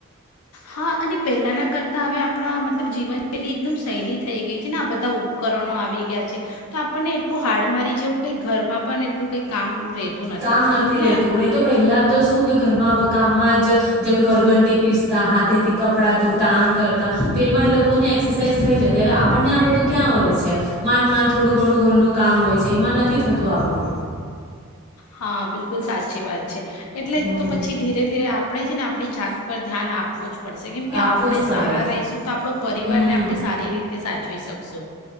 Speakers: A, on the left (about 80°); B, in the centre.
A: હા અને પેલાના કર. તો હવે આપણા મતલબ જીવનશૈલી એકદમ શૈલી થઈ ગઈ છે ને આ બધા ઉપકરણો આવી ગયા છે તો આપણને એટલું હાડ મારી જે એવું કંઈક ઘરમાં પણ એટલું કંઈ કામ. રહેતું
B: કામ
A: એટલે
B: નથી રેતું નહી તો પહેલા તો શું કે ઘરમાં કામમાં જ જેમ ઘર. ઘંટી પિસ્તા હા. તેથી કપડા ધોતા આમ કરતા. તો એમાં એ લોકોને એક્સરસાઇઝ થઈ જતી હવે આપણને આ બધું ક્યાં હોય છે માન માન થોડું ઘણું ઘરનુંું કામ હોય છે એમાં નથી થતું આપણું.
A: હા બિલકુલ સાચી વાત છે. એટલે
B: હમ
A: જ તો પછી ધીરે ધીરે આપણેે છે ને આપ. આપણી જાત પર ધ્યાન આપવું જ. પડશે કેમ કે
B: આપવું
A: આપણે
B: જ પડે
A: સારા રહીશું તો આપણો પરિવારને
B: હમ
A: આપણે સારી રીતે સાચવી શકી. સો.